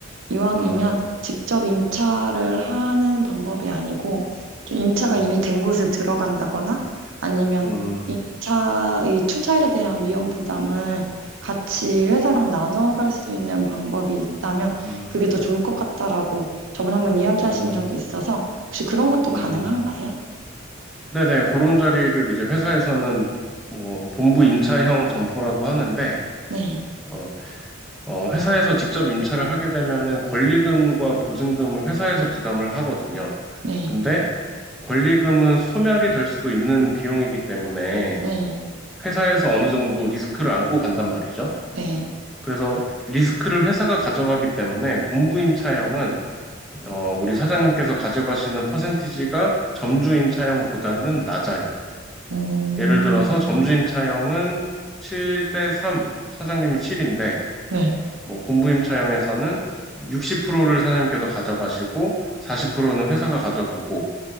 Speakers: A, on the right (about 65°); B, in the centre.
A: 이왕이면
B: 음,
A: 직접 임차를 하는 방법이 아니고 좀 임차가
B: 음,
A: 이미 된 곳을 들어간다거나 아니면
B: 음,
A: 임차의 투자에 대한 위험 부담을 같이 회사랑 나눠갈 수 있는 방법이 있다면
B: 음,
A: 그게 더 좋을 것 같다라고 저번에 한번 이야기하신
B: 음,
A: 적이 있어서 혹시 그런 것도
B: 음.
A: 가능한가요?
B: 네네, 그런 자리를 이제 회사에서는 뭐 본부 임차형 점포라고 하는데
A: 네,
B: 어, 어, 회사에서 직접 임차를 하게 되면은 권리금과 보증금을 회사에서 부담을 하거든요.
A: 네,
B: 근데 권리금은 소멸이 될 수도 있는 비용이기 때문에
A: 네,
B: 회사에서 어느 정도 리스크를 안고 간단 말이죠.
A: 네,
B: 그래서 리스크를 회사가 가져가기 때문에 본부 임차형은 어, 우리 사장님께서 가져가시는 퍼센티지가 점주 임차형보다는 낮아요.
A: 음,
B: 예를 들어서 점주 임차형은 7대 3, 사장님이 7인데
A: 네.
B: 뭐 본부 임차형에서는 60%를 사장님께서 가져가시고 40%는 회사가 가져가고